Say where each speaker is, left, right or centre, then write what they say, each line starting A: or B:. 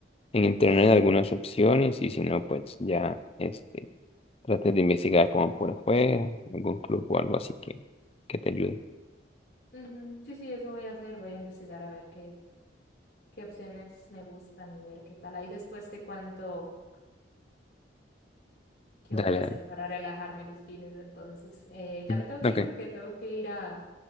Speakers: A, on the left (about 35°); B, on the left (about 60°).
A: en internet algunas opciones y si no, pues ya, este Trate de investigar como por afuera, algún club o algo así que, que te ayude.
B: Ujú, Sí, sí, eso voy a hacer. Voy a investigar a ver qué, qué opciones me gustan y ver qué tal. Ahí después te cuento ¿Qué
A: Dale,
B: voy a hacer
A: dale.
B: para relajarme los fines de entonces? Eh, ya
A: Mm,
B: me tengo que
A: Ok.
B: ir porque tengo que ir a, a